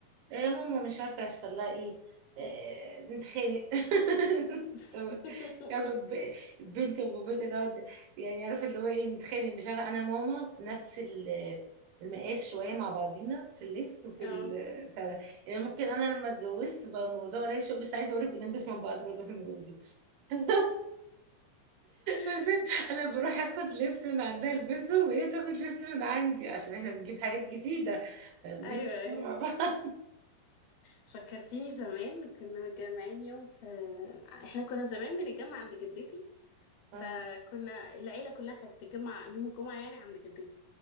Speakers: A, on the right; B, on the left.
A: يا ماما مش عارفه يحصل لها ايه آه، نتخانق <laughs>
B: <laughs>
A: طب عارفه الب- البنت وبابتها دوت يعني عارفه اللي هو ايه نتخانق مش عارفه انا ماما نفس ال- المقاس شويه مع بعضينا في اللبس وفي
B: اه
A: ال- بتاع ده يعني ممكن انا لما اتجوزت بقى الموضوع قريب شويه بس عايزه اقول لك بنلبس من بعض برضه واحنا متجوزين <laughs>
B: <laughs>
A: نزلت انا بروح اخد لبس من عندها البسه وهي تاخد لبس من عندي عشان احنا بنجيب حاجات جديده فبنلبس
B: ايوه ايوه
A: مع بعض
B: فكرتيني زمان كنا متجمعين يوم في احنا كنا زمان بنتجمع عند جدتي فكنا
A: اه
B: العيلة كلها كانت بتتجمع يوم الجمعة يعني عند جدتي